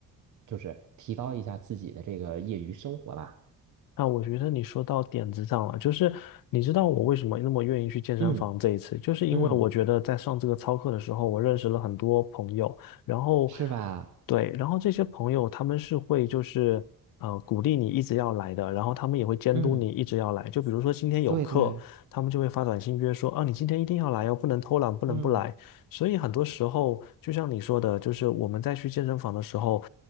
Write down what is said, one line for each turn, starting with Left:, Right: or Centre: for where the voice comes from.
Right: 就是提高一下自己的这个业余生活吧。
Left: 啊，我觉得你说到点子上了，就是你知道我为什么那么愿意去健身房这一次，
Right: 嗯
Left: 就是因为我觉得在上这个操课的时候，
Right: 嗯，
Left: 我认识了很多朋友，然后
Right: 是吧？
Left: 对，然后这些朋友他们是会就是呃鼓励你一直要来的，然后他们也会监督你一直要来，
Right: 嗯，
Left: 就比如说今天有课，
Right: 对对，
Left: 他们就会发短信约说啊你今天一定要来哦，不能偷懒，不能不来。
Right: 嗯
Left: 所以很多时候就像你说的，就是我们在去健身房的时候。